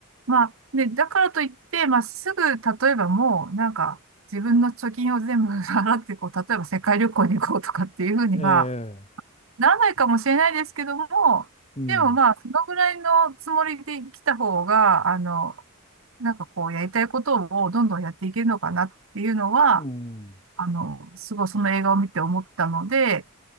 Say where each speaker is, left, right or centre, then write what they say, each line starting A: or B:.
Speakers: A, on the right (about 60°); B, on the left (about 30°).
A: まあ、ね、だからといって、まあすぐ、例えばもうなんか自分の貯金を全部払ってこう、例えば世界旅行に行こうとかっていうふうには、
B: ええ。
A: ならないかもしれないですけども、
B: うん。
A: でもまあ、そのぐらいのつもりで来た方が、あの、なんかこう、やりたいことをどんどんやっていけるのかなっていうのは、
B: うん。
A: あの、すごいその映画を見て思ったので、